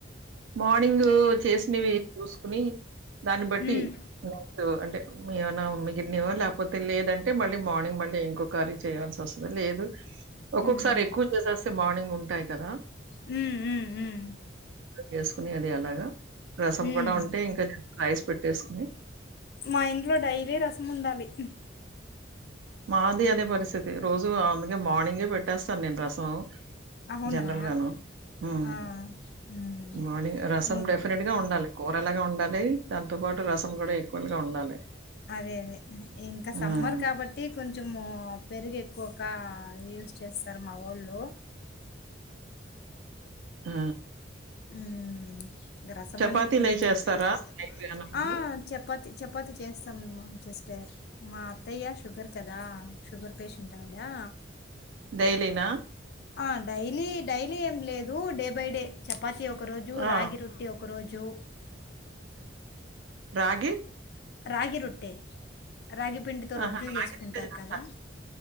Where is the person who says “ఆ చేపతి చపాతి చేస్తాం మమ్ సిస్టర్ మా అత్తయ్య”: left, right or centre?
Left